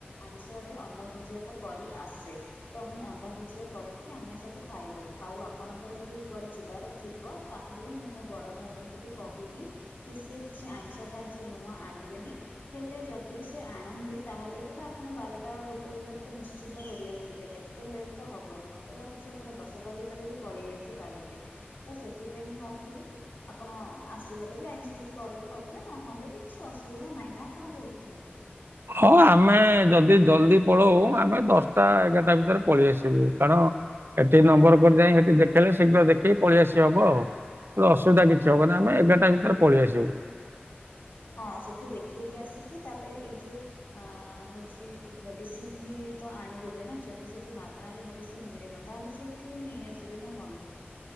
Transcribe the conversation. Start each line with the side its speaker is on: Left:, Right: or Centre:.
Left: ଆଇଁଷ ରେ ଅଣ୍ଡା ଭୁଜିଆତ କରିଆସେ ତ ମୁଁ ଭୂଜିଆକରିକି ଆମେ ସବୁ ଖାଇଦବୁ ଆଉ ଆପଣଙ୍କର ଯଦି କୁଆଡେ ଯିବାର ଥିବ ତାହାଲେ ମୁଁ ମୋ ବଡ଼ ଭାଇଙ୍କୁ ବି କହିବି କି ସିଏ କିଛି ଆଇଁଷ ଫାଇଁଷ ନୂଆ ଆଣିବେନି ହେଲେ ଯଦି ଯଦି ବି ସେ ଆଣନ୍ତି ତାହେଲେ ବି ତ ଆପଣ ବାରଟା ଗୋଟେ ଭିତରେ ତ ନିଶ୍ଚିନ୍ତ ଫେରିଆସିଥିବେ ଏତେ ଲେଟ୍ ତ ହବନି ମତେ ଲାଗୁଛି ଆପଣ ଦଶଟା ଭିତରେ ବି ପଳେଇ ଆସି ପାରନ୍ତି ତ ସେଥିପାଇଁ ମୁଁ ଭାବୁଥିଲି କି ଆପଣ ଆସିଗଲେ ବି ଆଇଁଷ ଯଦି କରିବେ କରିବେ ନହେଲେ ବି କିଛି ଅସୁବିଧା ନାହିଁ ନା କଣ କହୁଛୁ। ଛନ୍ତି।
Right: ହଁ ଆମେ ଯଦି ଜଲଦି ପଳଉ ଆମେ ଦଶଟା ଏଗାରଟା ଭିତରେ ପଳେଇ ଆସିବୁ କାରଣ ସେଠି ନମ୍ବର କରି ଯାଇ ସେଠି ଦେଖେଇଲେ ଶୀଘ୍ର ଦେଖିକି ପଳେଇଆସି ହବ ଆଉ। ଅସୁବିଧା କିଛି ହବ ନା
Left: ହଁ
Right: ଆମେ ଏଗାରଟା ଭିତରେ ପଳେଇ ଆସିବୁ।
Left: ହଁ ସେଠି ଦେଖେଇକି ଆସିକି ତାପରେ ଏଇ ଯୋଉ ଅ ହଉଛି ମେଡିସିନ ବି ତ ଆଣିଦେବେ ନା ଯଦି ସେଠି ମାଗଣାରେ ମେଡିସିନ ମିଳିବ ତାହେଲେ ସେଇଠି ହିଁ ନେଇ ଆସିବେ ନା କଣ <inaudible>